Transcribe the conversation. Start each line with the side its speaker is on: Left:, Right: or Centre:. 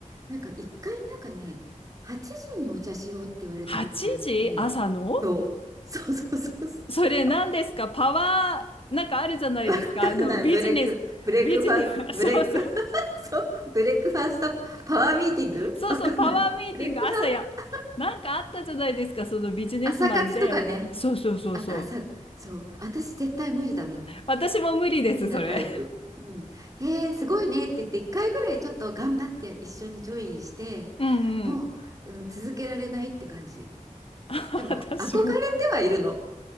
Right: なんか一回なんかね、8時にお茶しようって言われたことがあって、
Left: 8時朝の
Right: そう、<laughs> そうそうそうそ
Left: それ何ですかパワー、なんかあるじゃないですか。
Right: う。わかんない。
Left: あの、ビジネス、
Right: ブレック、ブレックファースト、
Left: ビジネス、
Right: ブレック、
Left: <laughs> そうそう、
Right: <laughs> そう、ブレックファーストパワーミーティングわかんない。
Left: そうそう、パワーミーティング朝や、
Right: ブレックファー、
Left: なんかあったじゃないですか、そのビジネスマンで。
Right: 朝活とかね。
Left: そうそうそうそう。
Right: あと朝、そう、私絶対無理だもん。
Left: 私も無理です、
Right: 無理なタイプ。
Left: それ。
Right: うん。へえ、すごいねって言って、1回ぐらいちょっと頑張って一緒にジョインして、
Left: うんうん。
Right: もう、うん、続けられないって感じ。
Left: <laughs>
Right: でも、
Left: 私も。
Right: 憧れてはいるの。